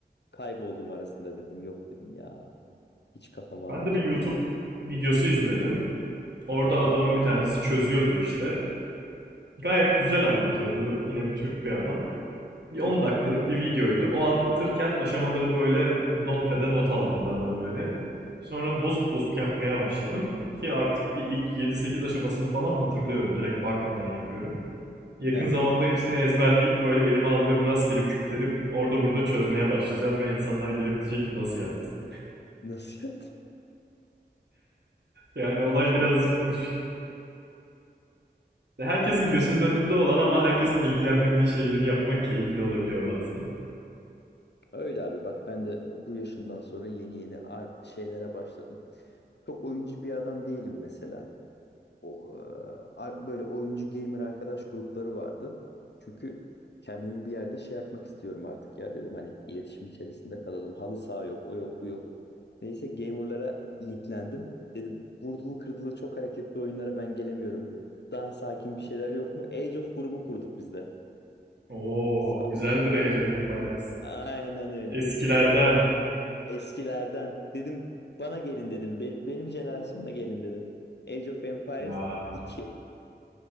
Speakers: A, on the left; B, on the right.
A: Kayboldum arasında dedim yok dedim ya. Hiç kafam almayacak
B: Ben de bir YouTube
A: şu an.
B: videosu izledim. Orada
A: Hı hı.
B: adamın bir tanesi çözüyordu işte. Gayet güzel anlatıyordu. Yine bir Türk bir adam. Bir 10
A: Hı hı.
B: dakikalık bir videoydu. O anlatırken aşamaları böyle notepad'e not aldım ben de böyle. Sonra bozup bozup yapmaya başladım. Ki artık bir ilk yedi sekiz aşamasını falan hatırlıyorum. Direkt bakmadan yapıyorum. Yakın
A: Hı hı.
B: zamanda hepsini ezberleyip böyle elime aldığım rastgele küpleri orada burada çözmeye başlayacağım ve insanlar gelip diyecek ki nasıl yaptın?
A: Nasıl yaptın?
B: Yani olay
A: Çok
B: birazcık
A: iyi.
B: bu Herkesin
A: Çok
B: gözünün önünde
A: iyi.
B: olan ama herkesin ilgilenmediği şeyleri yapmak keyifli olabiliyor bazen.
A: Öyle abi bak ben de bu yaşımdan sonra yeni yeni a- şeylere başladım. Çok oyuncu bir adam değilim mesela. o, e, ar- böyle oyuncu gamer arkadaş grupları vardı. Çünkü kendimi bir yerde şey yapmak istiyorum artık ya dedim hani iletişim içerisinde kalalım. Halı saha yok, o yok, bu yok. Neyse gamerlara linklendim. Dedim vurdulu kırdılı çok hareketli oyunlara ben gelemiyorum. Daha sakin bir şeyler yok mu? Age of grubu kurduk biz de.
B: Oo,
A: Sa-
B: güzeldir Age of Empires.
A: Aynen öyle.
B: Eskilerden.
A: Eskilerden dedim bana gelin dedim. Be- benim jenerasyona gelin dedim. Age of Empires
B: Ya,
A: 2